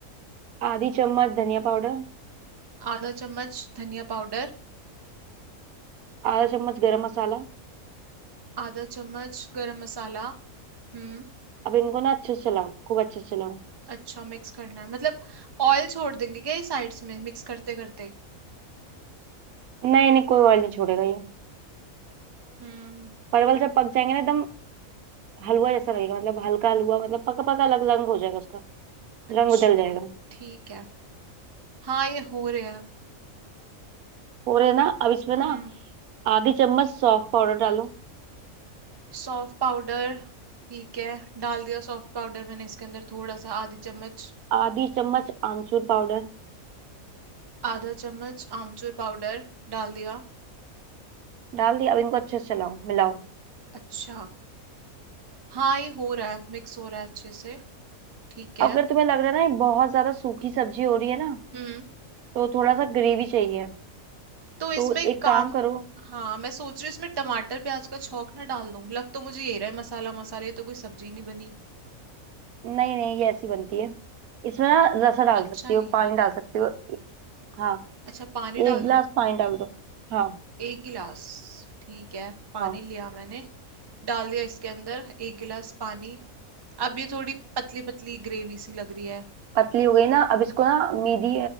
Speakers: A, on the right (about 80°); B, on the right (about 25°).
A: आधी चम्मच धनिया पाउडर
B: आधा चम्मच धनिया पाउडर
A: आधा चम्मच गरम मसाला
B: आधा चम्मच गरम मसाला हम्म
A: अब इनको ना अच्छे से चलाओ खूब अच्छे से चलाओ
B: अच्छा मिक्स करना है मतलब ऑयल छोड़ देंगे क्या ये साइड्स में मिक्स करते करते
A: नहीं नहीं कोई ऑयल नहीं छोड़ेगा ये
B: हम्म
A: परवल जब पक जाएंगे ना एकदम हलवा जैसा लगेगा मतलब हल्का हलवा मतलब पका पका अलग रंग हो जाएगा उसका
B: अच्छा
A: रंग बदल जाएगा
B: ठीक है हाँ ये हो रहे हैं
A: हो रहे हैं ना अब इसमें
B: हम्म
A: ना आधी चम्मच सौंफ पाउडर डालो
B: सौंफ पाउडर ठीक है डाल दिया सौंफ पाउडर मैंने इसके अंदर थोड़ा सा आधी चम्मच
A: आधी चम्मच आमचूर पाउडर
B: आधा चम्मच आमचूर पाउडर डाल दिया
A: डाल दिया अब इनको अच्छे से चलाओ मिलाओ
B: अच्छा हाँ ये हो रहा है मिक्स हो रहा है अच्छे से ठीक है
A: अब अगर तुम्हें लग रहा है ना ये बहुत ज्यादा सूखी सब्जी हो रही है ना
B: हम्म
A: तो थोड़ा सा ग्रेवी चाहिए
B: तो इसमें
A: तो एक
B: काम
A: काम करो
B: हाँ मैं सोच रही हूँ इसमें टमाटर प्याज का छौंक ना डाल दूं लग तो मुझे यही रहा है मसाला मसाले तो कोई सब्जी नहीं बनी
A: नहीं नहीं ये ऐसी बनती है इसमें ना
B: हम्म,
A: रसा डाल
B: अच्छा
A: सकती
B: नहीं
A: हो
B: है
A: पानी
B: बल्कि
A: डाल सकती हो हाँ
B: अच्छा पानी
A: एक
B: डाल
A: गिलास
B: दूं
A: पानी डाल दो हाँ
B: एक गिलास ठीक है पानी
A: हाँ
B: लिया मैंने डाल दिया इसके अंदर एक गिलास पानी अब ये थोड़ी पतली पतली ग्रेवी सी लग रही है
A: पतली हो गई ना अब इसको ना मीडी